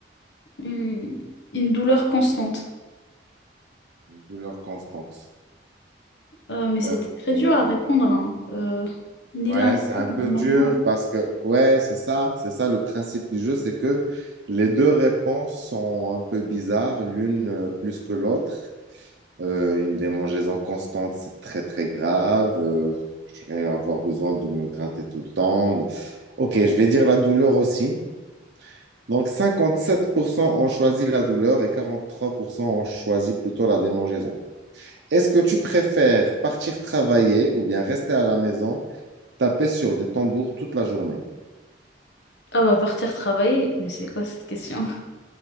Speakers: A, on the left; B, on the right.
A: Hmm, Une douleur constante.
B: Une douleur constante.
A: Euh, mais c'était
B: Euh,
A: très
B: euh,
A: dur à répondre, hein. Euh, ni
B: ouais,
A: l'un ni
B: c'est un
A: l'autre,
B: peu
A: normalement.
B: dur parce que, ouais, c'est ça, c'est ça le principe du jeu, c'est que les deux réponses sont un peu bizarres, l'une euh, plus que l'autre. Euh, une démangeaison constante, c'est très, très grave. Euh, je vais avoir besoin de me gratter tout le temps. de- Ok, je vais dire la douleur aussi. Donc, 57% ont choisi la douleur et 43% ont choisi plutôt la démangeaison. Est-ce que tu préfères partir travailler ou bien rester à la maison, taper sur des tambours toute la journée?
A: Ah bah partir travailler, mais c'est quoi cette question? <laughs>